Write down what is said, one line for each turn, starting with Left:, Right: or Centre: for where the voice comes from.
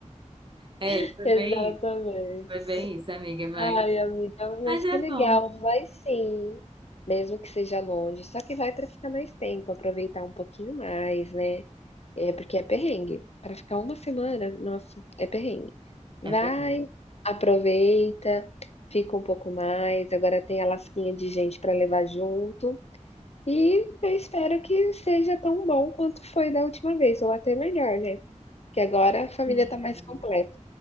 Right: É,
Left: <laughs>
Right: foi
Left: Exatamente.
Right: bem isso, foi bem isso, amiga, mas,
Left: Ai, amiga, mas
Right: mas é
Left: que legal.
Right: bom.
Left: Vai sim, mesmo que seja longe, só que vai para ficar mais tempo, aproveitar um pouquinho mais, né. É, porque é perrengue, Para ficar uma semana, nossa, é perrengue.
Right: É
Left: Vai,
Right: perrengue.
Left: aproveita, fica um pouco mais, agora tem a lasquinha de gente para levar junto, e eu espero que seja tão bom quanto foi da última vez, ou até melhor, né, Que agora a família
Right: Sim,
Left: tá mais completa.